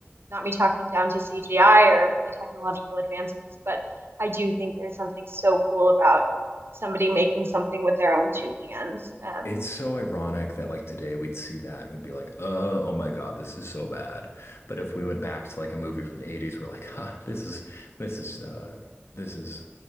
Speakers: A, on the right; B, on the left.
A: not me talking down to CGI or the technological advancements, but I do think there's something so cool about somebody making something with their own two hands um,
B: It's so ironic that like today we'd see that and we'd be like, uh, oh my God, this is so bad. But if we went back to like a movie from the 80s, we're like, <laughs> huh, this is this is uh this is